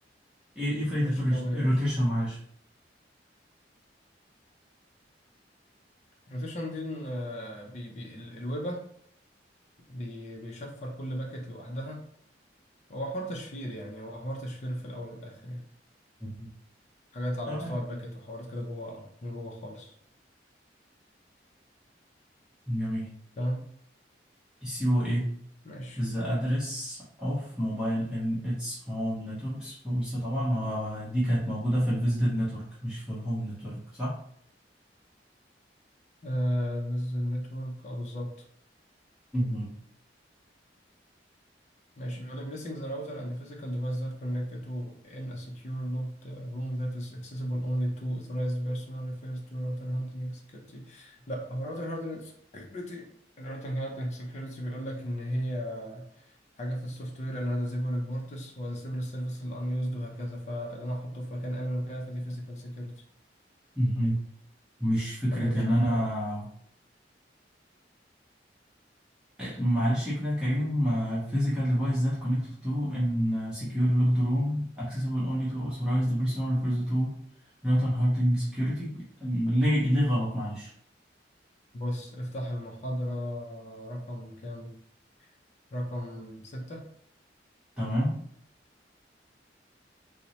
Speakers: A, in the centre; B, on the left.
A: ايه فايدة
B: ماشي
A: الروش-
B: كمل يا
A: الروتيشن
B: باشا
A: معلش
B: الروتيشن دي إن، آه، بي بي ال- الويبه بي بيشفر كل باكت لوحدها هو حوار تشفير يعني هو حوار تشفير في الاول والاخر يعني
A: مهم.
B: حاجات على
A: تمام
B: مستوى الباكت وحوارات كده جوه آه، من جوه خالص
A: جميل
B: تمام
A: السي او ايه
B: ماشي
A: is the address of mobile in its home networks فقلت طبعا آه، دي كانت موجودة في الفيزيتد نتورك مش في الهوم نتورك صح؟
B: آه بز النتورك اه بالظبط
A: مهم.
B: ماشي بيقول لك blessing the router and the physical device that connect to in a secure locked uh, room that is accessible only to authorized personnel refers to router hardening security لا هو router hardening security ال router hardening security بيقول لك ان هي حاجة في السوفت وير انا disable البورتس و disable السيرفيس ال unused وهكذا فاللي انا احطه في مكان امن وكده فدي physical security
A: مهم. مش فكرة
B: حلو يا باشا
A: ان انا
B: الكلام
A: معلش كده يا كريم physical device that connected to in secure locked room accessible only to authorized person refers to router hardening security أم، ليه ليه غلط معلش
B: بص افتح المحاضرة رقم كام رقم ستة
A: تمام